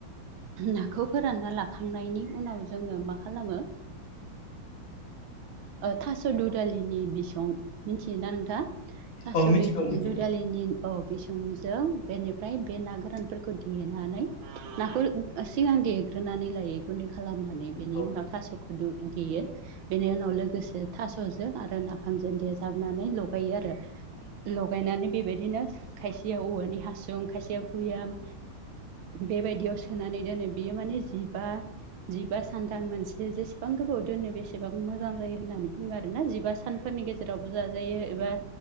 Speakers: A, on the right (about 70°); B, on the left (about 70°).
A: नाखौ फोरानना लाखांनायनि उनाव जोङो मा खालामो ओ थास' दुदालिनि बिसं मिथियोना नोंथाङा? थास'
B: औ मिथिगौ
A: बि
B: मिथिगौ
A: दुदालिनि औ बिसंनि जों बेनिफ्राय बे ना गोरानफोरखौ देनानै नाखौ सिगां देग्रोनानै लायै गुन्दै खालामनानै
B: औ
A: बेनि उनाव थास'खौ दु देयो बेनि उनाव लोगोसे थास'जों आरो नाफामजों देजाबनानै लगायो आरो लगायनानै बेबायदिनो खायसेयाव औवानि हासुं खायसेया भुयाम बेबायदियाव सोनानै दोनो बियो माने जिबा जिबा सानथान मोनसे जेसेबां गोबाव दोनो बेसेबां मोजां जायो होननानै बुङो आरो ना जिबा सानफोरनि गेजेराव जाजारो एबा